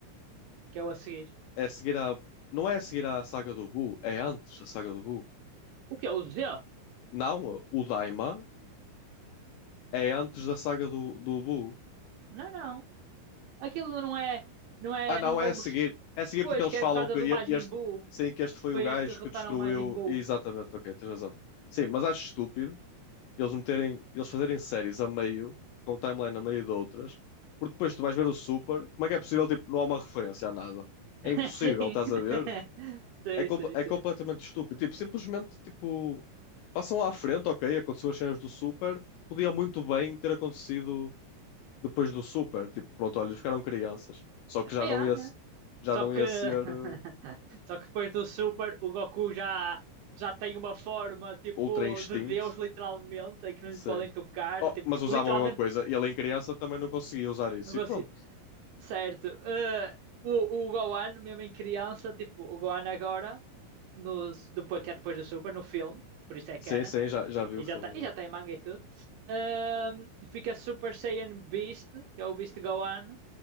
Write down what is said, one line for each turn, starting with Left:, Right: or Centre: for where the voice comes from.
Right: que é o a seguir.
Left: É seguir a. Não é seguir a saga do Buu, é antes da saga do Buu.
Right: O que é o Z?
Left: Não, o Daima é antes da saga do, do Buu.
Right: Não, não. Aquilo não é, não é,
Left: Ah, não,
Right: não vão
Left: é a seguir.
Right: bus-
Left: É a seguir
Right: Pois
Left: porque eles
Right: que
Left: falam
Right: é por causa
Left: que
Right: do Majin
Left: e- este.
Right: Buu.
Left: Sim, que este foi
Right: Foi
Left: o gajo
Right: eles que derrotaram
Left: que destruiu.
Right: o Majin Buu.
Left: Exatamente, ok, tens razão. Sim, mas acho estúpido eles meterem, eles fazerem séries a meio, com um timeline a meio de outras, porque depois tu vais ver o Super, como é que é possível, tipo, não há uma referência a nada?
Right: <laughs>
Left: É impossível,
Right: Sim.
Left: estás a ver?
Right: <laughs> Sei,
Left: É, compa-
Right: sei,
Left: é
Right: sei.
Left: completamente estúpido. Tipo, simplesmente, tipo, façam lá à frente, ok, aconteceu as cenas do Super, podia muito bem ter acontecido depois do Super, tipo, pronto, olha, eles ficaram crianças, só que já
Right: Yeah,
Left: não ia,
Right: yeah.
Left: se- já
Right: Só
Left: não
Right: que
Left: ia
Right: <laughs>
Left: ser eh,
Right: só que depois do Super, o Goku já já tem uma forma tipo
Left: Ultra Instinct,
Right: de Deus literalmente, em que não
Left: sei.
Right: lhes podem tocar,
Left: Oh,
Right: tipo,
Left: mas usavam
Right: literalmente
Left: a mesma coisa. E Ele em criança também não conseguia usar isso.
Right: não consigo.
Left: E pronto.
Right: Certo. eh, o o Gohan mesmo em criança, tipo, o Gohan agora nos depois que é depois do Super no filme, por isso é canon
Left: Sim, sim, já, já vi
Right: E
Left: o filme.
Right: já está e já tem manga e tudo. Ahm, fica Super Saiyan Beast, que é o Beast Gohan,